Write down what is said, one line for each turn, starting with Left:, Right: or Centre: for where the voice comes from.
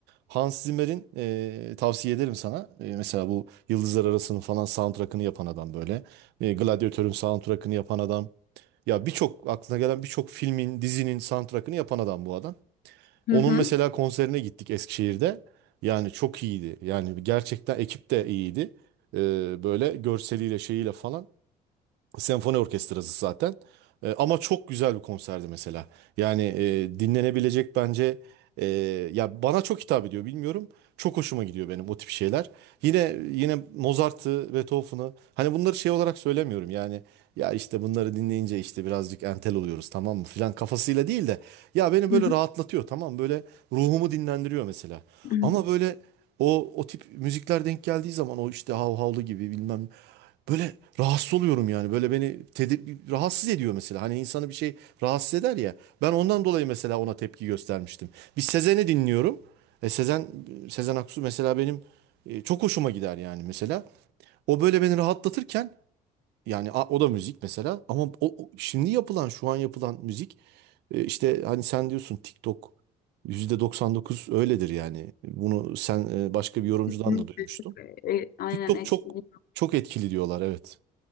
Right: Hans Zimmer'in e, tavsiye ederim sana. E, mesela bu Yıldızlar Arası'nın falan soundtrack'ını yapan adam böyle. E, Gladiatör'ün soundtrack'ını yapan adam. Ya birçok aklına gelen birçok filmin, dizinin soundtrack'ını yapan adam bu adam.
Left: Hı
Right: Onun
Left: hı.
Right: mesela konserine gittik Eskişehir'de. Yani çok iyiydi. Yani gerçekten ekip de iyiydi. E, böyle görseliyle şeyiyle falan. Senfoni orkestrası zaten. E, ama çok güzel bir konserdi mesela. Yani e, dinlenebilecek bence e, ya bana çok hitap ediyor bilmiyorum. Çok hoşuma gidiyor benim o tip şeyler. Yine yine Mozart'ı, Beethoven'ı hani bunları şey olarak söylemiyorum. Yani ya işte bunları dinleyince işte birazcık entel oluyoruz tamam mı filan kafasıyla değil de ya beni böyle
Left: Hı
Right: rahatlatıyor tamam böyle ruhumu dinlendiriyor mesela.
Left: hı.
Right: Ama böyle o o tip müzikler denk geldiği zaman o işte hav havlu gibi bilmem Böyle rahatsız oluyorum yani. Böyle beni tedir rahatsız ediyor mesela. Hani insanı bir şey rahatsız eder ya. Ben ondan dolayı mesela ona tepki göstermiştim. Bir Sezen'i dinliyorum. E Sezen Sezen Aksu mesela benim e, çok hoşuma gider yani mesela. O böyle beni rahatlatırken yani a- o da müzik mesela ama o, o şimdi yapılan şu an yapılan müzik e, işte hani sen diyorsun TikTok %99 öyledir yani. Bunu sen e, başka bir yorumcudan
Left: Kesinlikle
Right: da duymuştum.
Left: çok e, e, aynen
Right: TikTok
Left: etkili.
Right: çok çok etkili diyorlar evet.